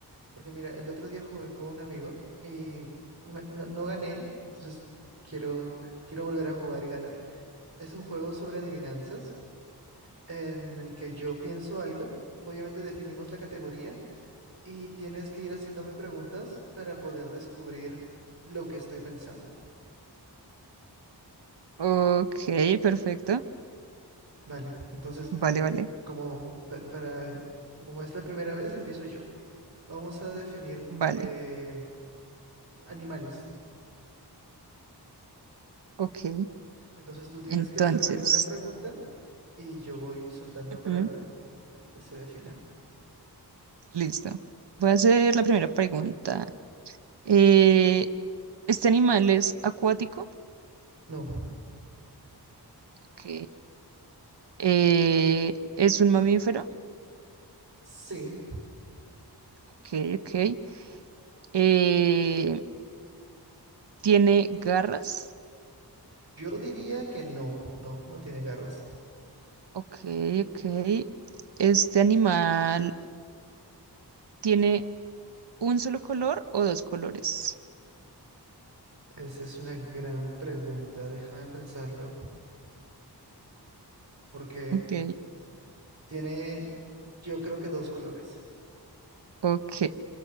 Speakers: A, on the right (about 40°); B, on the right (about 80°).
A: Porque mira, el otro día jugué con un amigo y me- no, no gané, entonces quiero, quiero volver a jugar y ganar. Es un juego sobre adivinanzas en el que yo pienso algo, obviamente definimos la categoría y tienes que ir haciéndome preguntas para poder descubrir lo que estoy pensando.
B: Ok, perfecto.
A: Vale, entonces,
B: Vale,
A: eh,
B: vale,
A: como, pa- para, como es la primera vez, empiezo yo. Vamos a definir
B: vale.
A: eh, animales.
B: Ok,
A: Entonces tú tienes
B: entonces,
A: que hacerme alguna pregunta y yo voy soltando
B: ujú,
A: para que se defina.
B: listo. Voy a hacer la primera pregunta. Eh, ¿este animal es acuático?
A: No.
B: Ok. Eh, ¿es un mamífero?
A: Sí.
B: Ok, ok. Eh, ¿tiene garras?
A: Yo diría que no, no, no tiene garras.
B: Ok, ok. ¿Este animal tiene un solo color o dos colores?
A: Esa es una gran pregunta, déjame pensarlo, porque
B: Ok,
A: tiene, yo creo que dos colores.
B: ok.